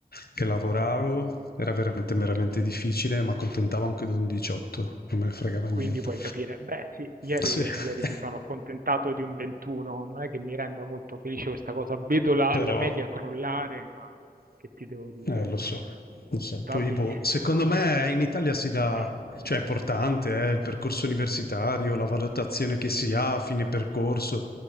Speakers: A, on the left; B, on the right.
A: e lavoravo, era veramente, veramente
B: Mm.
A: difficile, ma accontentavo
B: Ah,
A: anche di un 18, non me ne fregava niente.
B: Quindi puoi capire, beh sì, ieri,
A: Sì. <laughs>
B: ieri mi sono accontentato di un 21, non è che mi renda molto felice questa cosa, vedo la,
A: Però,
B: la media crollare, ma che ti devo dire,
A: eh, lo so, lo so. Poi,
B: va benissimo
A: boh, secondo
B: perché...
A: me in Italia si
B: <clears throat>
A: dà, cioè è importante, eh, il percorso universitario, la valutazione che si ha a fine percorso,